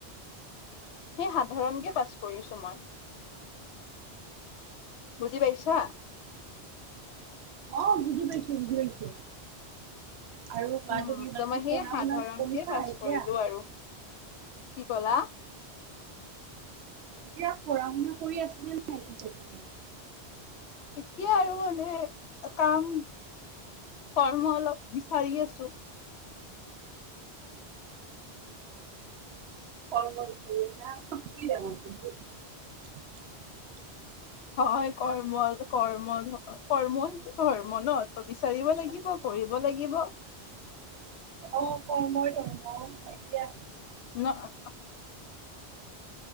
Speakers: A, on the left (about 80°); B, on the right (about 75°).
A: সেই সাধাৰণকে পাছ কৰিছো মই বুজি পাইছ <unintelligible>
B: অ বুজি পাইছো বুজি পাইছো। আৰু কোৱা
A: উম
B: তুমি
A: ত
B: বাকী
A: মই সেই
B: পঢ়া
A: সাধাৰণকে
B: শুনা কৰিছা
A: পাছ
B: এতিয়া?
A: কৰিলো আৰু কি কলা?
B: এতিয়া পঢ়া শুনা কৰি আছানে নাই পিছে তুমি?
A: এতিয়া আৰু মানে কাম কৰ্ম অলপ বিচাৰি আছো।
B: কৰ্ম বিচাৰি আছা <unintelligible>
A: হয় কৰ্ম কৰ্ম কৰ্মটো ধৰ্ম ন ত বিচাৰিব লাগিব কৰিব লাগিব।
B: অ কৰ্মই ধৰ্ম এতিয়া
A: <unintelligible>